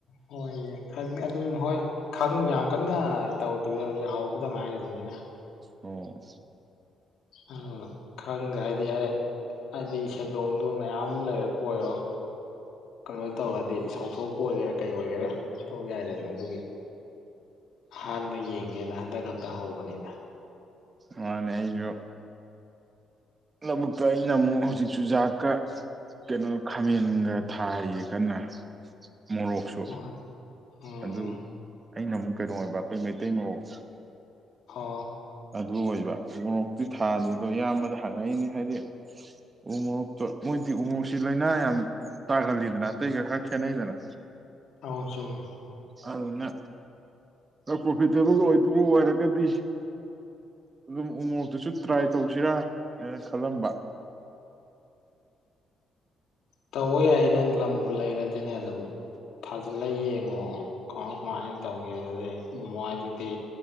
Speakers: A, on the left; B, on the right.
A: ꯍꯣꯏꯌꯦ ꯈꯪꯉꯦ ꯑꯗꯨꯝ ꯍꯣꯏ ꯈꯪ ꯌꯥꯝ ꯀꯟꯅ ꯇꯧꯗꯕ ꯍꯧꯕꯗ ꯉꯥꯏꯔꯤꯕꯅꯤꯅ
B: ꯑꯣ
A: ꯑ ꯈꯪ ꯍꯥꯏꯗꯤ ꯌꯥ ꯍꯥꯏꯗꯤ ꯁꯦꯟꯗꯣꯡꯗꯨ ꯃꯌꯥꯝ ꯂꯩꯔꯛꯄ ꯑꯣꯏꯔꯣ ꯀꯩꯅꯣ ꯇꯧꯔꯗꯤ ꯏꯁꯥꯎꯊꯣꯛꯄ ꯑꯣꯏꯒꯦꯔꯥ ꯀꯩ ꯑꯣꯏꯒꯦꯔꯥ ꯇꯥꯛ ꯌꯥꯏꯗꯅ ꯑꯗꯨꯒꯤ ꯑꯍꯥꯟꯕ ꯌꯦꯡꯒꯦꯅ ꯍꯟꯗꯛ ꯈꯛꯇ ꯍꯧꯕꯅꯤꯗ
B: ꯃꯥꯅꯦ ꯑꯩꯣ ꯂꯧꯕꯨꯛꯀ ꯑꯩꯅ ꯑꯃꯨꯛ ꯍꯧꯖꯤꯛꯁꯨ ꯖꯥꯥꯛꯀ ꯀꯩꯅꯣ ꯈꯥꯃꯦꯟꯒ ꯊꯥꯔꯤꯌꯦ ꯀꯟꯅ ꯃꯣꯔꯣꯛ ꯁ
A: ꯍꯣꯏ ꯎꯝ
B: ꯑꯗꯨ ꯑꯩꯅ ꯑꯃꯨꯛ ꯀꯩꯅꯣ ꯑꯣꯏꯕ ꯑꯩꯈꯣꯏ ꯃꯩꯇꯩ ꯃꯣꯛꯇꯣ
A: ꯍ
B: ꯑꯗꯨ ꯑꯣꯏꯕ ꯎꯣꯔꯣꯛꯇꯤ ꯊꯥꯗꯦ ꯑꯗꯣ ꯏꯌꯥꯝꯕꯗ ꯍꯪꯉꯛꯏꯅꯦ ꯍꯥꯏꯗꯤ ꯎꯃꯣꯛꯇꯣ ꯃꯣꯏꯗꯤ ꯎꯃꯣꯛꯁꯤ ꯂꯥꯏꯅꯥ ꯌꯥꯝ ꯇꯥꯒꯜꯗꯅ ꯑ ꯑꯗꯨꯩꯒ ꯈꯥ ꯈꯌꯥꯅꯦ ꯏꯗꯅ
A: ꯑ ꯆꯂꯣ
B: ꯑꯗꯨꯅ ꯄ꯭ꯔꯣꯐꯤꯇꯦꯕꯜ ꯑꯣꯏꯗꯨꯕꯨ ꯑꯣꯏꯔꯒꯗꯤ ꯑꯗꯨꯝ ꯎꯃꯣꯛꯇꯨꯁꯨ ꯇ꯭ꯔꯥꯏ ꯇꯧꯁꯤꯔꯥ ꯍꯥꯏꯅ ꯈꯜꯂꯝꯕ
A: ꯇꯋ ꯌꯥꯏ ꯅꯪ ꯂꯝꯕꯨ ꯂꯩꯔꯗꯤꯅꯦ ꯑꯗꯨꯝ ꯐꯥꯖꯤꯜꯂ ꯌꯦꯡꯉꯣ ꯀꯃꯥꯏ ꯀꯃꯥꯏꯅ ꯇꯧꯒꯦꯕ ꯑꯗꯨꯗꯩ ꯃꯏꯗꯨꯗꯤ